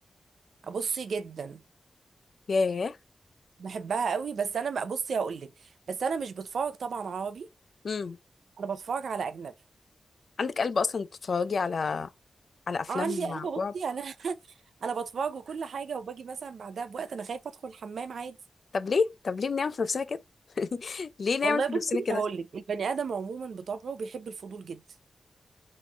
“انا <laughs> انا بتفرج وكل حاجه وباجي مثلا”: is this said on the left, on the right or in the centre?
Right